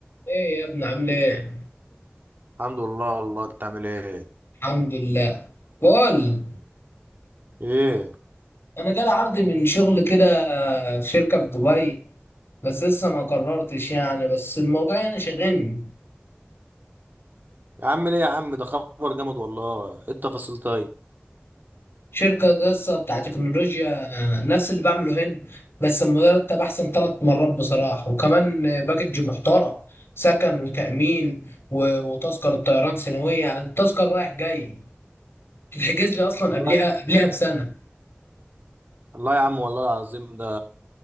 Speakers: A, on the left; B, on the right.
A: ايه يا ابني عامل ايه؟
B: الحمد لله الله انت عامل ايه
A: الحمد لله بقول
B: ايه
A: انا جالي عرض من شغل كده في شركة في دبي بس لسه ما قررتش يعني بس الموضوع يعني شاغلني
B: يا عم ليه يا عم ده خبر جامد والله ايه التفاصيل طيب
A: شركة لسه بتاع تكنولوجيا آه، نفس اللي بعمله هنا بس المرتب احسن ثلاث مرات بصراحة وكمان آه، باكج محترم سكن وتأمين و- وتذكرة طيران سنوية يعني التذكرة رايح جاي تتحجز لي اصلا
B: الله
A: قبلها قبلها بسنة
B: الله يا عم والله العظيم ده